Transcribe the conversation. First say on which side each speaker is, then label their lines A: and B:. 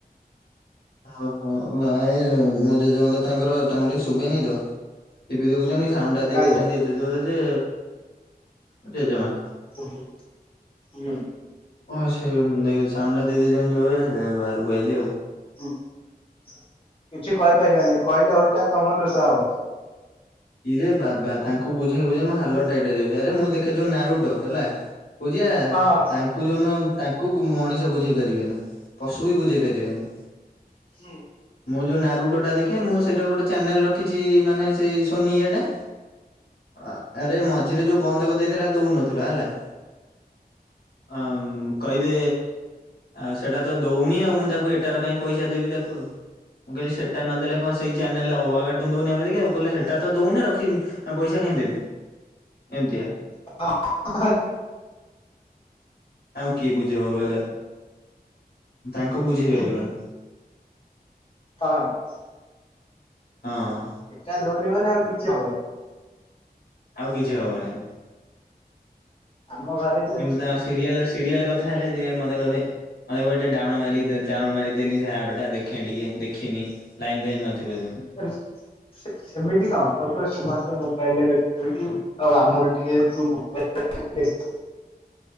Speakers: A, on the left; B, on the left.
A: ଆଉ ହଁ ନାଇଁ ୟେ ମୋ ଜେଜମା ତାଙ୍କର ତାଙ୍କୁ ଟିକେ ଶୁଭେନି ତ ଟିଭି ଦେଖୁଛନ୍ତି ସାଉଣ୍ଡଟା ଦେଇ
B: କାହାକୁ?
A: ଦେଇଛନ୍ତି ଏତେ ଜୋରେ ଯେ ଜେଜମା।
B: ଉଁହୁଁ ହୁଁ।
A: ହଁ ସେ ଏ ସାଉଣ୍ଡଟା ଦେଇ ଦେଇଛନ୍ତି ଜୋରେ ହେ ବାହାରକୁ ଆଇଲି ଆଉ।
B: ହୁଁ କିଛି କହିପାରିବେନି କହିଲେ ଓଲଟା ତମ ଦୋଷ ହବ।
A: ଇରେ ବାବା ତାଙ୍କୁ ବୁଝେଇ ବୁଝେଇ ମୋ ହା ଲତ ଟାଇଟ ହେଇଯାଉଚି ଆରେ ମୁଁ ଦେଖେ ଯଉ ନାରୁଟ ହେଲା ବୁଝିଆ ତାଙ୍କ
B: ହଁ
A: ତାଙ୍କୁ ଯୋଉଦିନ ତାଙ୍କୁ କୁ ମଣିଷ ବୁଝେଇ ପାରିବେନି ପଶୁ ବି ବୁଝେଇ ପାରିବେନି।
B: ହୁଁ
A: ମୁଁ ଯୋଉ ନାରୁଟଟା ଦେଖେ ମୁଁ ସେଇଟା ଗୋଟେ ଚ୍ୟାନେଲ ରଖିଛି ମାନେ ସେଇ ଶୋନି ଇଏଟା। ଆ ଆରେ ମଝିରେ ଯୋଉ ବନ୍ଦ କରିଦେଇଥିଲା ଦଉନଥିଲା ହେଲା ଆମ୍ କହିବେ ଆ ସେଟା ତ ଦୋଉନି ଆଉ ମୁଁ ତାକୁ ଏଟାର କାଇଁ ପଇସା ଦେବି ତାକୁ ଆଉଁ ମୁଁ କହିଲି ସେଟା ନଦେଲେ କଣ ସେଇ ଚାନେଲରେ ଅଲଗା କାଟୁନ ଦୋଉନି ଆମେ ଦେଖିଆ କହିଲେ ହେ ଟା ତ ଦୋଉନି ରଖିମୀ ପଇସା କାଇଁ ଦେବି ଏମିତିଆ।
B: <inaudible>
A: ତାଙ୍କୁ କିଏ ବୁଝେଇବ କହିଲ ତାଙ୍କୁ ବୁଝେଇ
B: ହଁ
A: ପାରିବନି।
B: <inaudible>
A: ହଁ।
B: ଏଟା ଦଉନି ମାନେ ଆଉ କିଛି ହବନି।
A: ଆଉ କିଛି ହବନି।
B: ଆମ ଘରେ
A: କିନ୍ତୁ ତାଙ୍କ ସିରିଏଲ ସିରିଏଲ କଥା ହେଲେ ସିଏ ମତେ କହିବେ ଆ ଏ ଗୋଟେ ଡାଉଣ ମାରି ଦେ ଡାଉଣ ଲୋଡ୍ ମାରି ଦେନୀ ସେ ଆପଟା ଦେଖେ ଟିକେ ଦେଖିନି। ଲାଇନ ଫାଇନ ନଥିବ ଜଉଦୀନ।
B: <inaudible> ସେ ସେମିତି କଣ ସବୁ କ ସମସ୍ତେ ମୋବାଇଲରେ ଦେଖୁଛନ୍ତି ଆଉ ଆମର ଟିକେ ତୁ ମୋବାଇଲ <inaudible>